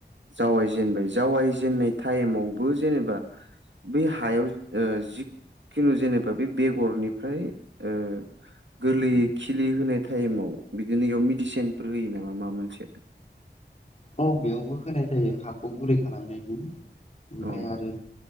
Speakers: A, on the right (about 75°); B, on the left (about 35°).
A: जावाय जेनबाय जावाय जेननाय टाइमावबो जेनेबा बै हायाव ओ जिखनु जेनेबा बे बेगरनिफ्राय ओ गोरलैयै खिलि होनाय टाइमाव बिदिनो इयाव मेडिसिनफोर होयो नामा माबा मोनसे।
B: औ बेयावबो होनाय जायो हाखौ गुरै खालामनायनि। ओमफाय
A: औ
B: आरो